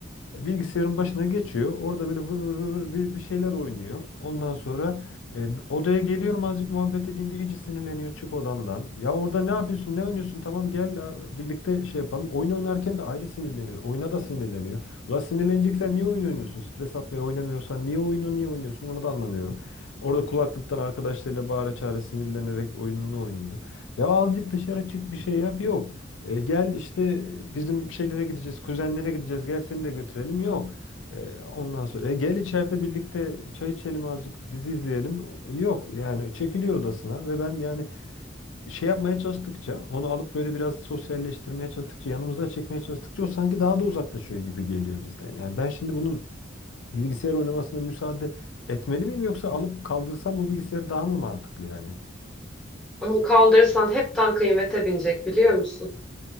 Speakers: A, on the left; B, in the centre.
A: bilgisayarın başına geçiyor. Orada böyle vır vır vır vır bir, bir şeyler oynuyor. Ondan sonra e, odaya geliyorum azıcık muhabbet edeyim diye iyice sinirleniyor çık odandan. Ya orada ne yapıyorsun ne oynuyorsun tamam gel e, birlikte şey yapalım. Oyun oynarken de ayrı sinirleniyor. Oyuna da sinirleniyor. Ulan sinirleneceksen niye oyun oynuyorsun? Stres atmaya oynamıyorsan niye oyunu niye oynuyorsun onu da anlamıyorum. Orada kulaklıktan arkadaşlarıyla bağıra çağıra sinirlenerek oyununu oynuyor. Ya azıcık dışarı çık bir şey yap yok. E, gel işte bizim şeylere gideceğiz, kuzenlere gideceğiz. Gel seni de götürelim. Yok. E, ondan sonra "E, gel içeride birlikte çay içelim azıcık dizi izleyelim. E, Yok. Yani çekiliyor odasına ve ben yani şey yapmaya çalıştıkça onu alıp böyle biraz sosyalleştirmeye çalıştıkça yanımıza çekmeye çalıştıkça o sanki daha da uzaklaşıyor gibi geliyor bizden. Yani ben şimdi bunun bilgisayar oynamasına müsaade etmeli miyim yoksa alıp kaldırsam bu bilgisayarı daha mı mantıklı yani?
B: Onu kaldırırsan hepten kıymete binecek biliyor musun?